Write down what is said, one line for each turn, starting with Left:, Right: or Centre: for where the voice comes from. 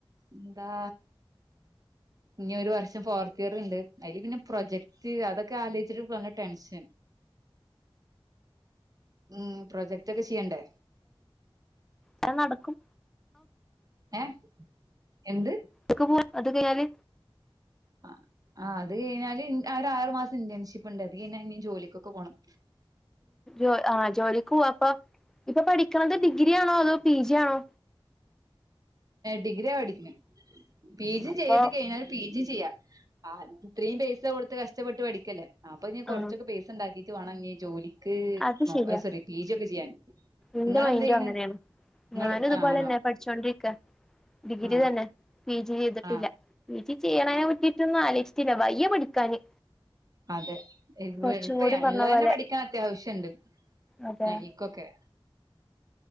Right: എന്താ ഇനി ഒരു വർഷം ഫോർത്ത് ഇയർ ഉണ്ട് അതില് പിന്നെ പ്രൊജക്ട് അതൊക്കെ ആലോചിച്ചിട്ട് നല്ല ടെൻഷൻ <inaudible> ഉം പ്രൊജക്റ്റ് ഒക്കെ ചെയ്യണ്ടേ
Centre: അത് നടക്കും
Right: ഏ എന്ത്
Centre: ഇതൊക്കെ പോവാൻ അത് കഴിഞ്ഞാല്
Right: ആ ആ അത് കഴിഞ്ഞാല് ഒരു ആറുമാസം ഇന്റേൺഷിപ്പ് ഉണ്ട് അത് കഴിഞ്ഞാൽ ഇ ജോലിക്കൊക്കെ പോകണം
Centre: ഉ ആ ജോലിക്ക പോ അപ്പ ഇപ്പൊ പഠി ഡിഗ്രി ആണോ അതോ പി ജി ആണോ
Right: ഡിഗ്രിയ പഠിക്കുന്നു പി ജിയും
Centre: അപ്പൊ
Right: ചെയ്ത് കഴിഞ്ഞാല് പി ജിയും ചെയ്യ ആ ഇത്രയും പൈസ കൊടുത്ത് കഷ്ടപ്പെട്ട് പഠിക്കല്ലേ അപ്പൊ ഇ കൊറച്ചൊക്കെ
Centre: ആ
Right: പൈസ ഉണ്ടാക്കി വേണങ്കിൽ ജോലിക്ക്
Centre: അത് ശരിയാ
Right: സോറി പിജി ഒക്കെ ചെയ്യാൻ
Centre: എന്റെ
Right: നിങ്ങളെന്ത്
Centre: മൈൻഡും
Right: ചെയ്യണ്
Centre: അങ്ങനെയാണ്
Right: നിങ്ങള്
Centre: ഞാനും ഇതുപോലെന്നെ
Right: ആണോ
Centre: പഠിച്ചോണ്ടിരിക്ക ഡിഗ്രി
Right: ആ
Centre: തന്നെ പി ജി ചെയ്തിട്ടില്ല
Right: ആ
Centre: പി ജി ചെയ്യണ
Right: ആ
Centre: പറ്റിട്ടൊന്നും ആലോച ന്ന വയ്യ പഠിക്കാന്
Right: അതെ എളുപ്പയാ
Centre: കുറച്ചും കൂടി പറഞ്ഞ
Right: ഉള്ളതന്നെ
Centre: പോലെ
Right: പഠിക്കാൻ അത്യാവശ്യമുണ്ട്
Centre: അതെ
Right: തനിക്കൊക്കെ